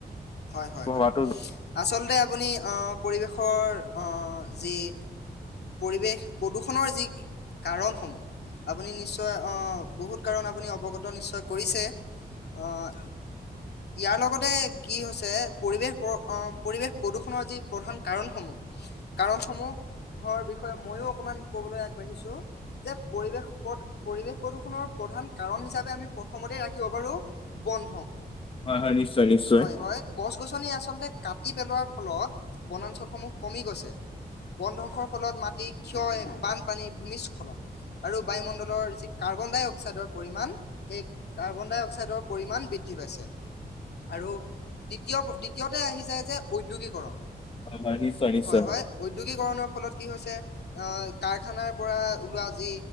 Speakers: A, on the left; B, on the left.
A: হয়-হয়-হয়।
B: ভবাটো
A: আচলতে আপুনি পৰিৱেশৰ যি পৰিৱেশ প্ৰদূষণৰ যি কাৰণসমূহ, আপুনি নিশ্চয় আহ বহুত কাৰ আপুনি অৱগত নিশ্চয় কৰিছে। অহ ইয়াৰ লগতে কি হৈছে, পৰিৱেশ-পৰিৱেশ প্ৰদূষণৰ যি প্ৰধান কাৰণসমূহ, কাৰণসমূহ ঘৰ বিষয়ে মইয়ো অকমান ক'বলৈ দেখিছো যে পৰিৱেশ পদ, পৰিৱেশ প্ৰদূষণৰ প্ৰধান কাৰণ হিচাপে আমি প্ৰথমতে ৰাখিব পাৰো বন ধ্বংস।
B: হয় হয় নিশ্চয় নিশ্চয়
A: হয়-হয় গছ গছনি আচলতে কাটি পেলোৱাৰ ফলত বনাঞ্চলসমূহ কমি গৈছে। বন-ধ্বংস ফলত মাটি ক্ষয়, বানপানী, ভূমিস্খলন আৰু বায়ুমণ্ডলৰ যি কাৰ্বন-ডাই-অক্সাইডৰ পৰিমাণ সেই কাৰ্বন-ডাই-অক্সাইডৰ পৰিমাণ বৃদ্ধি পাইছে আৰু দ্বিতীয় সিহঁতে আহি যায় যে উদ্যোগিকৰণ,
B: হয় হয় নিশ্চয় নিশ্চয়
A: হয়-হয় উদ্যোগিকৰণৰ ফলত পিছে, অ কাৰখানাৰ পৰা ওলোৱা যি